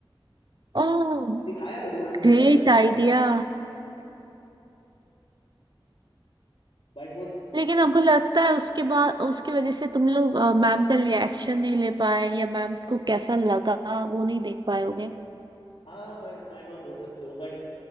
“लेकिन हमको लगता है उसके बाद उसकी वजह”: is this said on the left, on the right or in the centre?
Right